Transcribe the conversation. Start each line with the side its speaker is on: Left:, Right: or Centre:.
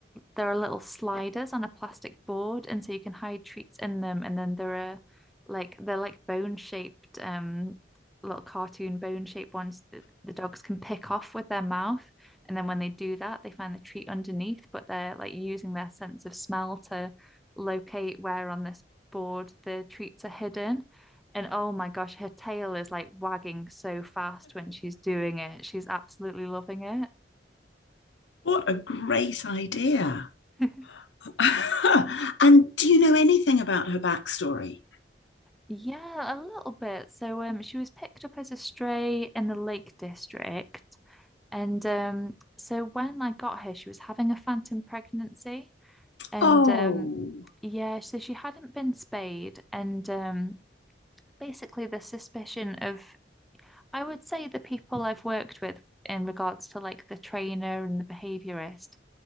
Centre: there are little sliders on a plastic board, and so you can hide treats in them. And then there are like they're like bone shaped, um, little cartoon bone shaped ones that the dogs can pick off with their mouth. And then when they do that, they find the treat underneath, but they're like using their sense of smell to locate where on this board the treats are hidden. And oh my gosh, her tail is like wagging so fast when she's doing it. She's absolutely loving
Left: what a great idea
Centre: it.
Left: <laughs>
Centre: <laughs> Yeah.
Left: and do you know anything about her backstory
Centre: Yeah, a little bit. So um she was picked up as a stray in the Lake District. And um so when I got her, she was having a phantom pregnancy. And
Left: oh
Centre: um yeah, so she hadn't been spayed. And um basically the suspicion of I would say the people I've worked with in regards to like the trainer and the behaviorist,